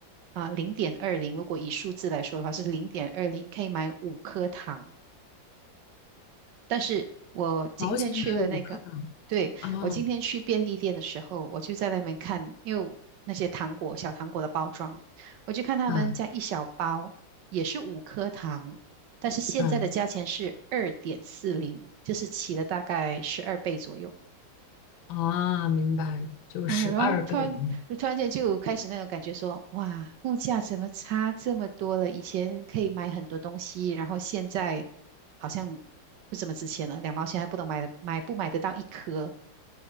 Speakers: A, on the right; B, on the left.
A: 啊，零点二零。如果以数字来说的话，是零点二零，可以买五颗糖。但是我今天去了那个，
B: 毛钱买五克港
A: 对，
B: 啊？
A: 我今天去便利店的时候，我就在外面看，因为那些糖果、小糖果的包装，我就看他们这样一小包也是五颗糖，
B: 嗯
A: 但是现在的价钱是二点四零，
B: 嗯
A: 就是起了大概十二倍左右。
B: 啊，明白，就是二倍。
A: 啊，然后突然突然间就开始那种感觉说，哇，物价怎么差这么多了？以前可以买很多东西，然后现在好像不怎么值钱了，两毛钱还不能买得买不买得到一颗。